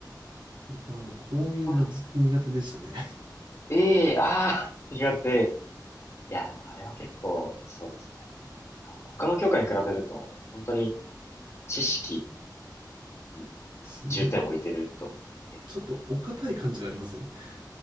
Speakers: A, on the right; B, on the left.
A: 僕はあの、公民がずっと苦手でしたね。
B: ー、えー、ああ、苦手。いや、でもあれは結構、そうですね。なんか、他の教科に比べると、本当に知識に
A: し、なんか、
B: 重点を置いてると思って、えー
A: ちょっとお堅い感じがありません <laughs>